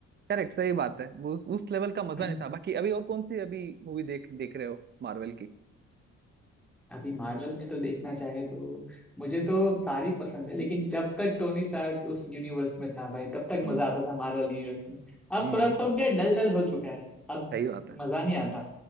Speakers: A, on the right (about 35°); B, in the centre.
A: करेक्ट सही बात है वो उस, उस लेवल का मजा
B: हम्म
A: नहीं था बाकी अभी और कौन सी अभी मूवी देख देख रहे हो मार्वल की
B: अभी मार्वल में तो देखना चाहे तो मुझे तो सारी पसंद है लेकिन जब तक टोनी स्टार्क उस यूनिवर्स में था भाई तब तक
A: हम्म
B: मजा आता था मार्वल यूनिवर्स में अब
A: हम्म
B: थोड़ा सा हो गया डल डल हो चुका है अब
A: सही बात है
B: मजा नहीं आता